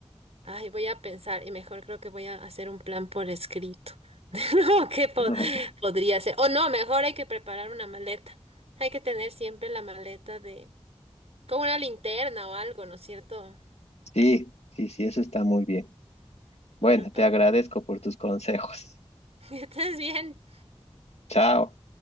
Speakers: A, on the right; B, on the left.
A: Ay, voy a pensar y mejor creo que voy a hacer un plan por escrito. <laughs> No, ¿qué po-
B: <laughs>
A: podría ser? O no, mejor hay que preparar una maleta. Hay que tener siempre la maleta de... con una linterna o algo, ¿no es cierto?
B: Sí, sí, sí, eso está muy bien. Bueno,
A: Bueno, Pablo,
B: te agradezco por tus consejos.
A: <laughs> estás bien.
B: Chao.